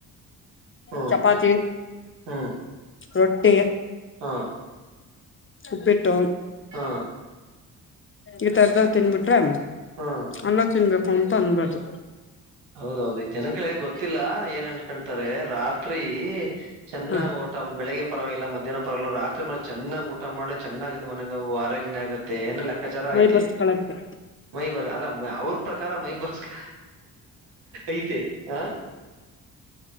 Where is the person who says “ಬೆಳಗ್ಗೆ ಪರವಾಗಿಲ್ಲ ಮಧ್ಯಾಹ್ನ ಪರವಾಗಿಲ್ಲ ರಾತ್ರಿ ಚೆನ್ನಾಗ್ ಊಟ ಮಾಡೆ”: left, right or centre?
Right